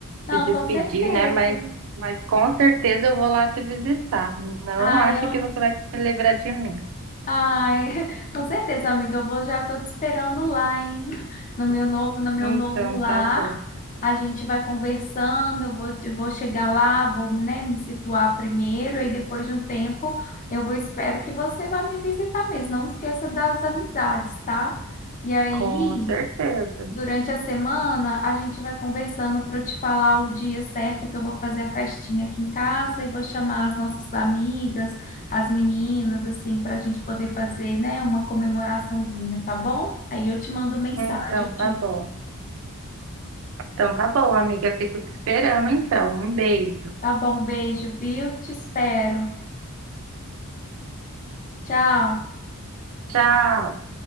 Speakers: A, on the left; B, on the right.
A: Não,
B: se despedir,
A: com certeza.
B: né? Mas, mas com certeza eu vou lá te visitar. Não
A: Ah,
B: ache
A: eu
B: que você vai se lembrar de mim.
A: Ai, <laughs> com certeza, amiga, eu vou, já tô te esperando lá, hein? No meu novo, no meu
B: Então,
A: novo lar.
B: tá bom.
A: A gente vai conversando, eu vou, eu vou chegar lá, vou, né, me situar primeiro, e depois de um tempo eu vou, espero que você vá me visitar mesmo. Não esqueça das amizades, tá? E aí,
B: Com certeza.
A: Durante a semana, a gente vai conversando para eu te falar o dia certo que eu vou fazer a festinha aqui em casa e vou chamar as nossas amigas, as meninas, assim, para a gente poder fazer, né, uma comemoraçãozinha, tá bom? Aí eu te mando mensagem.
B: Então,
A: eu
B: tá
A: te-
B: bom. Então, tá bom, amiga. Fico te esperando, então. Um beijo.
A: Tá bom, beijo, viu? Te espero. Tchau.
B: Tchau.